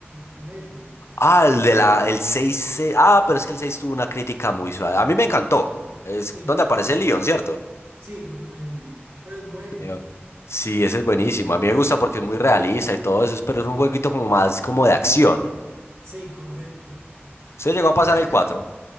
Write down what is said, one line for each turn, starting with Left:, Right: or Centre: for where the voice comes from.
Right: en, en Xbox.
Left: Ah, el de la, el 6. se- Ah, pero es que el seis tuvo una crítica muy suave. A mí me encantó. Es
Right: Sí,
Left: donde aparece Leon, ¿cierto?
Right: sí, donde fue el lío. Pero es bueno.
Left: Leon. Sí, ese es buenísimo. A mí me gusta porque es muy realista y todo eso, pero es un jueguito como más como de acción.
Right: Sí, correcto.
Left: ¿Usted llegó a pasar
Right: Ya,
Left: el
Right: ya.
Left: 4?